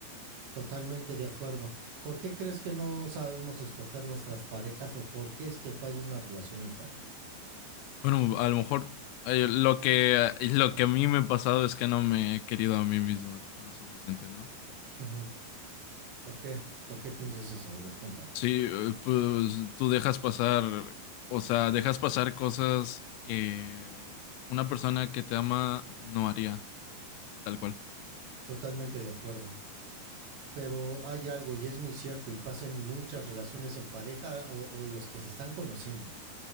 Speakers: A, on the right; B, on the left.
A: Totalmente de acuerdo. ¿Por qué crees que no sabemos escoger nuestras parejas o por qué es que falla una relación en pareja?
B: Bueno, a lo mejor eh, lo que, lo que a mí me ha pasado es que no me he querido a mí mismo lo suficiente, ¿no?
A: Ujú. ¿Por qué? ¿Por qué piensas eso? A ver, cuéntame.
B: Sí, eh, pues tú dejas pasar, o sea, dejas pasar cosas que una persona que te ama no haría, tal cual.
A: Totalmente de acuerdo. Pero hay algo y es muy cierto y pasa en muchas relaciones en pareja o, o los que se están conociendo.